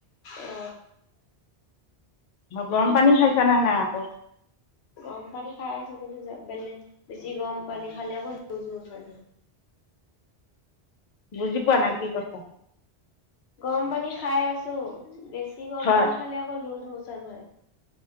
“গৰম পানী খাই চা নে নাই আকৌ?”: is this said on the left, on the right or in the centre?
Left